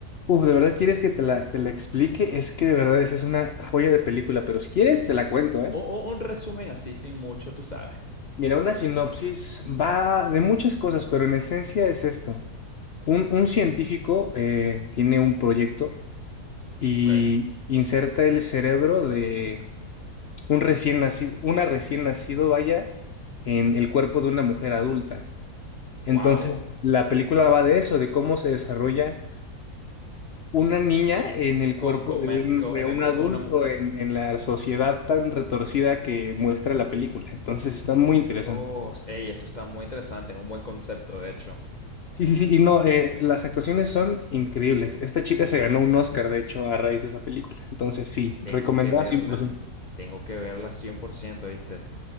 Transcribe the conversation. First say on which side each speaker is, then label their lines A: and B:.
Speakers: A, on the left; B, on the left.
A: Uf, ¿de verdad quieres que te la, te la explique? Es que de verdad esa es una joya de película, pero si quieres te la cuento, ¿eh?
B: O, o un resumen así, sin mucho, tú sabes.
A: Mira, una sinopsis va de muchas cosas, pero en esencia es esto. Un, un científico eh, tiene un proyecto y
B: Ok.
A: inserta el cerebro de un recién nacido, una recién nacido, vaya, en el cuerpo de una mujer adulta. Entonces,
B: Wow.
A: la película va de eso, de cómo se desarrolla una niña en el
B: Con,
A: cuerpo
B: con
A: de
B: men-
A: un,
B: con-
A: de
B: en
A: un
B: el cuerpo
A: adulto
B: de una mujer.
A: en, en la sociedad tan retorcida que muestra la película. Entonces, está muy
B: Dios.
A: interesante.
B: Ey, eso está muy interesante. Es un buen concepto, de hecho.
A: Sí, sí, sí, y no, eh, las actuaciones son increíbles. Esta chica se ganó un Oscar, de hecho, a raíz de esa película. Entonces, sí,
B: Tengo
A: recomendada
B: que verla.
A: 100%.
B: Tengo que verla 100%, ¿viste?